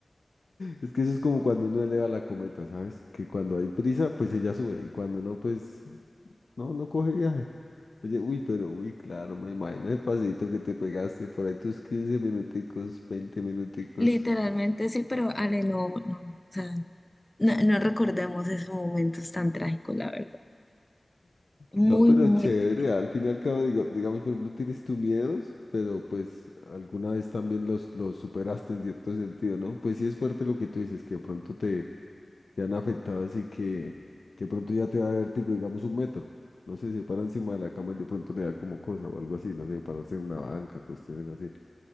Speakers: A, on the left; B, on the left.
A: Es que eso es como cuando uno eleva la cometa, ¿sabes? Que cuando hay prisa pues ella sube. Y cuando no, pues no, no coge viaje. Oye, uy, pero uy, claro, me imagino el paseíto que te pegaste por ahí tus 15 minuticos, 20 minuticos.
B: Literalmente sí, pero Ale, no, no, o sea, no, no recordemos esos momentos tan trágicos, la verdad. Muy,
A: No, pero
B: muy
A: chévere,
B: difícil.
A: al fin y al cabo, digo, digamos, por ejemplo, tienes tus miedos, pero pues alguna vez también los, los superaste en cierto sentido, ¿no? Pues sí es fuerte lo que tú dices, que de pronto te, te han afectado, así que, que de pronto ya te da vértigo, digamos, un metro. No sé, se para encima de la cama y de pronto le da como cosa o algo así, no sé, pararse en una banca, cuestiones así.